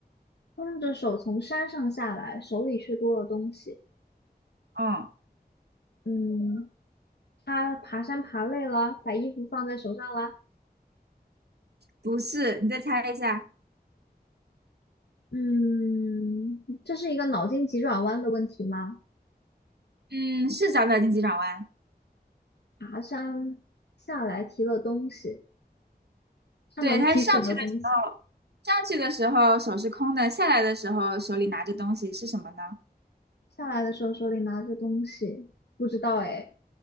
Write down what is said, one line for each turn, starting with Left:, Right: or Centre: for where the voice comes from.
Left: 空着手从山上下来，手里却多了东西。
Right: 嗯，
Left: 嗯，他爬山爬累了，把衣服放在手上了。
Right: 不是，你再猜一下，
Left: 嗯，这是一个脑筋急转弯的问题吗？
Right: 嗯，是找脑筋急转弯。
Left: 爬山下来提了东西，他能提什么东西？
Right: 对，他上去的时候，上去的时候手是空的，下来的时候手里拿着东西是什么呢？
Left: 下来的时候手里拿着东西，不知道哎。